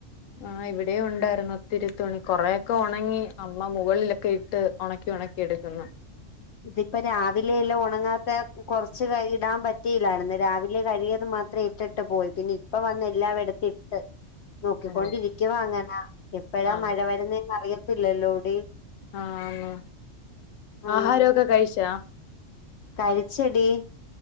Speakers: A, on the left (about 85°); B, on the left (about 65°).
A: ആഹ് ഇവടെയും ഉണ്ടായിരുന്നു ഒത്തിരി തുണി കൊറെക്കെ ഒണങ്ങി അമ്മ മുകളിലൊക്കെ ഇട്ട് ഒണക്കി ഒണക്കി എട്ക്കുന്നു.
B: ഇതിപ്പോ രാവിലെല്ലാം ഒണങ്ങാത്ത കൊർച്ച് കഴി ഇടാൻ പറ്റില്ലായിര്ന്നു രാവിലെ കഴുകിയത് മാ ത്രേ ഇട്ടിട്ട് പോയി പിന്നെ ഇപ്പൊ വന്ന് എല്ലവടത്തിട്ട്. നോക്കിക്കൊണ്ടിരിക്കുവാ
A: ആ
B: അങ്ങന എപ്പഴാ
A: ആ
B: മഴ വരുന്നെന്ന് അറിയത്തില്ലല്ലോടി.
A: ആന്ന്
B: ഉം
A: ആഹാരൊക്കെ കഴിച്ചാ?
B: കഴിച്ചെടി